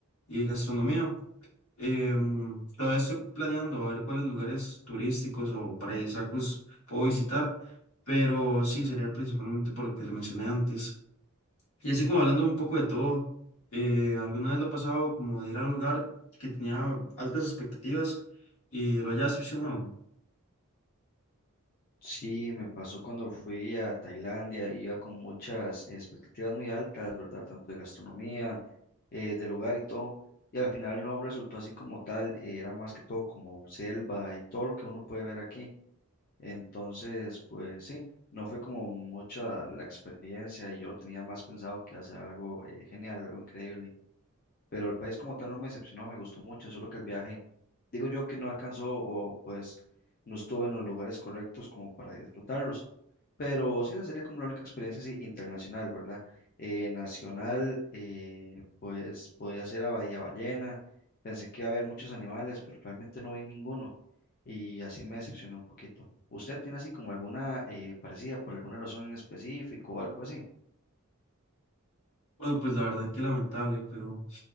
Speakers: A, on the left; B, on the left.
A: y gastronomía. Em, todavía estoy planeando a ver cuáles lugares turísticos o paradisíacos puedo visitar, pero sí, sería principalmente por lo que le mencioné antes. Y así como hablando un poco de todo, eh, alguna vez lo ha pasado como de ir a un lugar que tenía altas expectativas y lo haya decepcionado.
B: Sí, me pasó cuando fui a Tailandia, iba con muchas expectativas muy altas, ¿verdad? Tanto de gastronomía, eh, de lugar y todo, y al final no resultó así como tal, eh, era más que todo como selva y todo lo que uno puede ver aquí. Entonces, pues sí, no fue como mucha la experiencia y yo lo tenía más pensado que hacer algo eh, genial, algo increíble pero el país como tal no me decepcionó, me gustó mucho, solo que el viaje, digo yo que no alcanzó o pues no estuve en los lugares correctos como para disfrutarlos, pero sí, esa sería como la única experiencia sí, internacional, ¿verdad? Eh, nacional, eh, pues podía ser a Bahía Ballena, pensé que iba a haber muchos animales, pero realmente no vi ninguno y así me decepcionó un poquito. ¿Usted tiene así como alguna eh, parecida por alguna razón en específico o algo así?
A: Bueno, pues la verdad que lamentable, pero